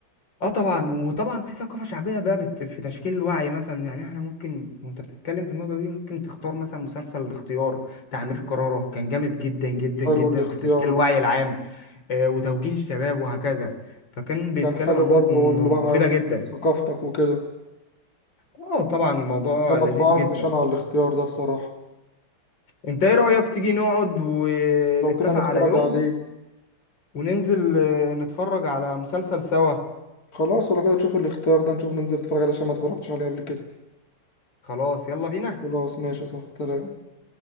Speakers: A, on the left (about 60°); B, on the left (about 45°).
A: اه طبعا وطبعا في ثقافة شعبية بقى بت... في تشكيل الوعي مثلا يعني احنا ممكن وانت بتتكلم في النقطة دي ممكن تختار مثلا مسلسل الاختيار بتاع أمير كرارة كان جامد جدا جدا
B: حلو
A: جدا
B: الاختيار
A: في تشكيل الوعي
B: بقى
A: العام آه وتوجيه الشباب وهكذا فكان بيتكلم
B: كان حلو
A: عن
B: برضه
A: نقط م...
B: اللي بقى
A: مفيدة
B: من
A: جدا
B: ثقافتك وكده
A: اه طبعا الموضوع
B: بس لما
A: لذيذ
B: اتفرجتش
A: جدا
B: انا على الاختيار ده بصراحة
A: انت ايه رأيك تيجي نقعد ونتفق
B: لو كده نتفرج
A: على يوم
B: عليه
A: وننزل آه، نتفرج على مسلسل سوا
B: خلاص ولو كده تشوف الاختيار ده نشوف ننزل نتفرج عليه عشان ما اتفرجتش عليه قبل كده
A: خلاص يلا بينا
B: خلاص ماشي صح تمام